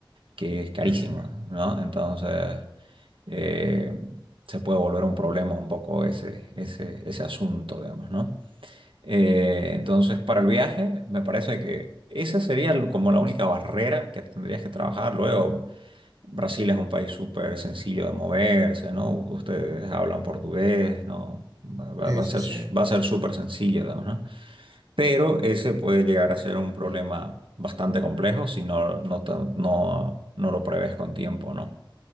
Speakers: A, on the right (about 85°); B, on the right (about 40°).
A: que es carísimo,
B: ujú.
A: ¿no? Entonces, eh, se puede volver un problema un poco ese, ese, ese asunto, digamos, ¿no? Eh, entonces, para el viaje, me parece que esa sería l- como la única barrera que tendrías que trabajar luego. Brasil es un país súper sencillo de moverse, ¿no? Ustedes hablan portugués, ¿no? Va, va-
B: Sí,
A: va a
B: sí,
A: ser,
B: sí.
A: va a ser súper sencillo, digamos, ¿no? Pero ese puede llegar a ser un problema bastante complejo si no, no, te- no, no lo prevés con tiempo, ¿no?